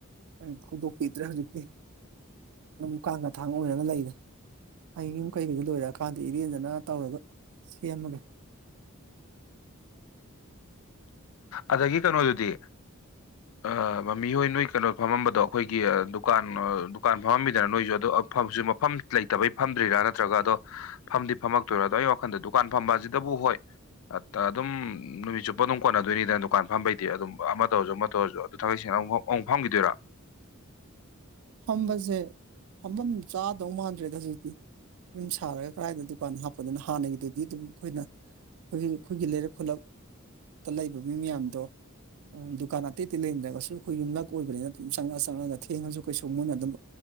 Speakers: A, on the right; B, on the left.
A: ꯎꯝ ꯍꯧꯗꯣꯛꯄꯤꯗ꯭ꯔꯦ ꯍꯧꯖꯤꯛꯇꯤ ꯅꯝ ꯀꯥꯡꯒ ꯊꯥꯡ ꯑꯣꯏꯔꯒ ꯂꯩꯔꯦ ꯑꯩ ꯌꯨꯝ ꯀꯩꯀꯩꯗ ꯂꯣꯏꯔꯛꯑꯀꯥꯟꯗ ꯏꯔꯦꯟꯖꯅ ꯇꯧꯔꯒ ꯁꯦꯝꯃꯒꯦ
B: ꯑꯗꯒꯤ ꯀꯩꯅꯣꯗꯨꯗꯤ ꯑꯥ ꯃꯥꯃꯤꯍꯣꯏ ꯅꯣꯏ ꯀꯩꯅꯣ ꯐꯝꯃꯝꯕꯗꯣ ꯑꯩꯈꯣꯏꯒꯤ ꯗꯨꯀꯥꯟ ꯗꯨꯀꯥꯟ ꯐꯝꯃꯝꯕꯤꯗꯅ ꯅꯣꯏꯁꯨ ꯑꯗꯣꯁꯨ ꯃꯐꯝ ꯂꯩꯇꯕꯩ ꯐꯝꯗ꯭ꯔꯤꯔꯥ ꯅꯠꯇ꯭ꯔꯒ ꯑꯗꯣ ꯐꯝꯗꯤ ꯐꯝꯃꯛꯇꯣꯏꯔ ꯑꯗꯣ ꯑꯩ ꯋꯥꯈꯜꯗ ꯗꯨꯀꯥꯟ ꯐꯝꯕꯁꯤꯗꯕꯨ ꯍꯣꯏ ꯑꯗꯨꯝ ꯅꯨꯃꯤꯠ ꯆꯨꯞ ꯄꯣ ꯑꯗꯨꯝ ꯀꯣꯟꯅꯗꯣꯏꯅꯤꯅ ꯗꯨꯀ ꯐꯝꯕꯩ ꯑꯗꯨꯝ ꯑꯃ ꯇꯧꯔꯁꯨ ꯑꯃ ꯇꯧꯔꯁꯨ ꯑꯗꯨ ꯊꯥꯛꯩ ꯁ ꯑꯃ ꯑꯃꯨꯛ ꯐꯪꯈꯤꯗꯣꯏꯔꯣ
A: ꯐꯝꯕꯁꯦ ꯐꯝꯐꯝ ꯆꯥꯗꯧ ꯃꯥꯟꯗ꯭ꯔꯦꯗ ꯍꯧꯖꯤꯛꯇꯤ ꯌꯨꯝ ꯁꯥꯔꯒ ꯀꯗꯥꯏꯗ ꯗꯨꯀꯥꯟꯗ ꯍꯥꯞꯄꯗꯨꯅ ꯍꯥꯟꯅꯒꯤꯗꯨꯗꯤ ꯑꯗꯨꯝ ꯑꯩꯈꯣꯏꯅ ꯑꯩꯈꯣꯏꯒꯤ ꯑꯩꯈꯣꯏꯒꯤ ꯂꯩꯔꯛ ꯈꯨꯂꯛꯛꯇ ꯂꯩꯕ ꯃꯤ ꯃꯌꯥꯝꯗꯣ ꯎꯝ ꯗꯨꯀꯥꯟ ꯑꯇꯩ ꯑꯇꯩ ꯂꯩꯔꯝꯗ꯭ꯔꯒꯁꯨ ꯑꯩꯈꯣꯏ ꯌꯨꯝꯂꯛ ꯑꯣꯏꯕꯅꯤꯅ ꯑꯗꯨꯝ ꯆꯪꯉ ꯆꯪꯉꯒ ꯊꯦꯡꯉꯁꯨ ꯑꯩꯈꯣꯏꯁꯨ ꯃꯣꯏꯅ ꯑꯗꯨꯝ